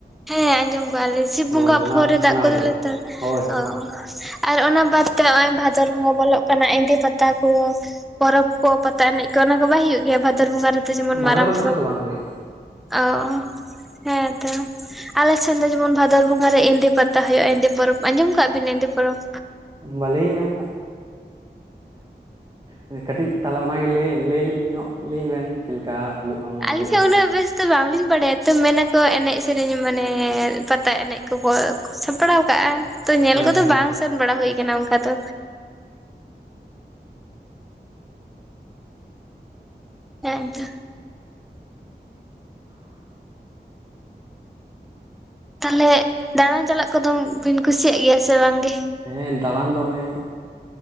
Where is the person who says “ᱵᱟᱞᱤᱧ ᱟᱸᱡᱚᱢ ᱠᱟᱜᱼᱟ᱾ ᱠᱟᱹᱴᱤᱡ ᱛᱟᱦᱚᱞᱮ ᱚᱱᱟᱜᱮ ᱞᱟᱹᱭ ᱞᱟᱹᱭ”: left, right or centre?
Right